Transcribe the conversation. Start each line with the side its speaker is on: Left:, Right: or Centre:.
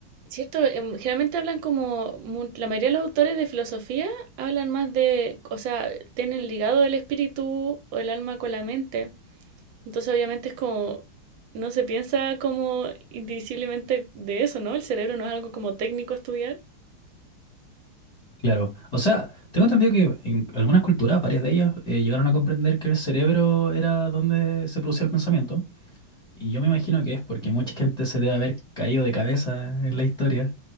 Right: Cierto, em, generalmente hablan como, mu- la mayoría de los autores de filosofía hablan más de, o sea, tienen ligado el espíritu o el alma con la mente. Entonces obviamente es como, no se piensa como indivisiblemente de eso, ¿no? El cerebro no es algo como técnico a estudiar.
Left: Claro, o sea, tengo entendido que en algunas culturas, varias de ellas, eh, llegaron a comprender que el cerebro era donde se producía el pensamiento. Y yo me imagino que es porque mucha gente se debe haber caído de cabeza en la historia